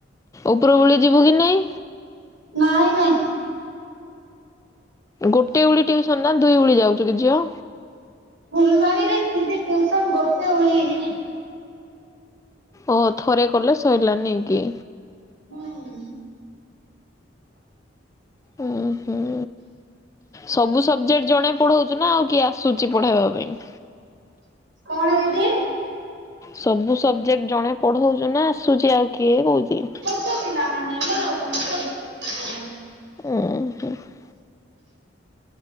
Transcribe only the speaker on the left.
ଉପରଓଳି ଯିବୁ କି ନାଇଁ?
ଗୋଟିଏ ଉଳି ଟିଉସନ୍‌ ନା ଦୁଇ ଉଳି ଯାଉଚୁ କି ଝିଅ।
ଓ ଥରେ କଲେ ସଇଲା ନି କି?
ଉଁ ହୁଁ। ସବୁ ସବଜେକ୍ଟ ଜଣେ ପଢଉଛୁ ନା ଆଉ କିଏ ଆସୁଛି ପଢେଇବା ପାଇଁ?
ସବୁ ସବଜେକ୍ଟ ଜଣେ ପଢଉଚୁ ନା ଆସୁଚି ଆଉ କିଏ କହୁଚି।
<unintelligible>